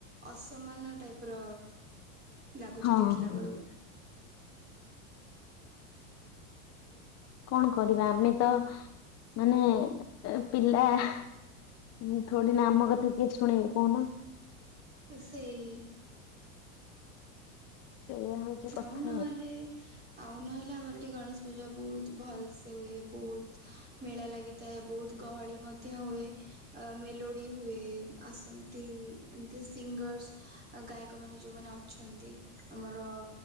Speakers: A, on the right (about 25°); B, on the left (about 35°).
A: ଅସମାନ ଟାଇପ୍ ର ଲାଗୁଚି
B: ହଁ
A: ଦେଖିଲା
B: ହଁ
A: ବେଳକୁ।
B: କଣ କରିବା ଆମେ ତ ମାନେ ଏ ପିଲା ଉ ଥୋଡି ନା ଆମ କଥା କିଏ ଶୁଣିବେ କହୁନ।
A: ସେଇ-ଇ-ଇ-ଇ
B: ଏଇଆ ହଉଛି କଥା
A: ଆଉ ନହେଲେ ଆଉ ନହେଲେ ଆମର ଏଠି ଗଣେଶ ପୂଜା ବହୁତ ଭଲ ସେ ହୁଏ। ବହୁତ ମେଳା ଲାଗିଥାଏ ବହୁତ ଗ ହଳି ମଧ୍ୟ ହୁଏ, ଅ ମେଲୋଡି ହୁଏ, ଆସନ୍ତି ଏମତି ସିଙ୍ଗର୍ସ। ଗାୟକ ମାନେ ଯୋଉମାନେ ଅଛନ୍ତି ଆମର